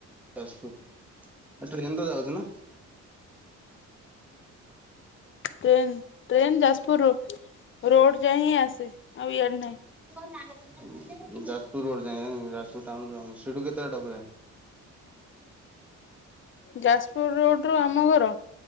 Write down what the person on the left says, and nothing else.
ଟ୍ରେନ ଟ୍ରେନ ଯାଜପୁର ରୋ ରୋଡ ଯାଏ ହିଁ ଆସେ, ଆଉ ଇଆଡ ନାହିଁ।
ଯାଜପୁର ରୋଡରୁ ଆମ ଘର